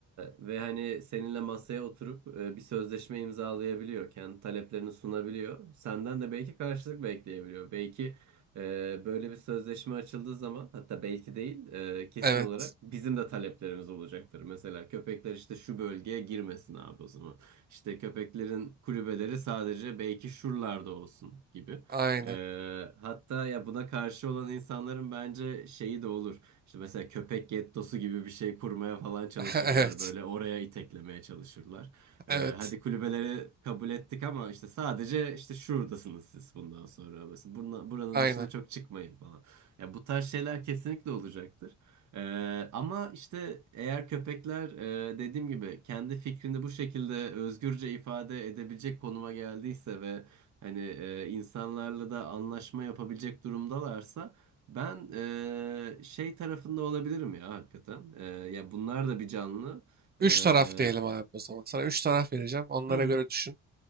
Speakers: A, on the right; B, on the right.
A: ve hani seninle masaya oturup e, bir sözleşme imzalayabiliyor. Kendi taleplerini sunabiliyor. Senden de belki karşılık bekleyebiliyor. Belki e, böyle bir sözleşme açıldığı zaman hatta belki değil e, kesin
B: Evet.
A: olarak bizim de taleplerimiz olacaktır. Mesela köpekler işte şu bölgeye girmesin abi o zaman. İşte köpeklerin kulübeleri sadece belki şuralarda olsun gibi.
B: Aynen.
A: Ee, hatta ya buna karşı olan insanların bence şeyi de olur. İşte mesela köpek gettosu gibi bir şey kurmaya falan çalışırlar.
B: <laughs> Evet.
A: Böyle oraya iteklemeye çalışırlar.
B: Evet.
A: Ee, hadi kulübeleri kabul ettik ama işte sadece işte şuradasınız siz bundan sonra. Mesela burna- buranın
B: Aynen.
A: dışına çok çıkmayın falan. Ya bu tarz şeyler kesinlikle olacaktır. Ee, ama işte eğer köpekler e, dediğim gibi kendi fikrini bu şekilde özgürce ifade edebilecek konuma geldiyse ve hani e, insanlarla da anlaşma yapabilecek durumdalarsa ben e, şey tarafında olabilirim ya hakikaten. E, ya bunlar da bir canlı.
B: Üç
A: E,
B: taraf diyelim abi o zaman. Sana üç taraf vereceğim. Onlara
A: hı hı,
B: göre düşün.